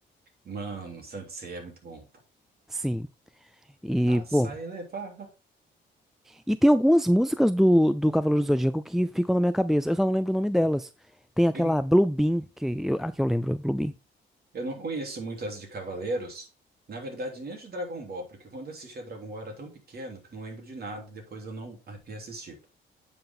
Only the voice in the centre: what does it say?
sim. E,
pô,
E tem algumas músicas do, do Cavaleiro do Zodíaco que ficam na minha cabeça. Eu só não lembro o nome delas. Tem aquela
Blue Beam, que eu, a que eu lembro, Blue Beam.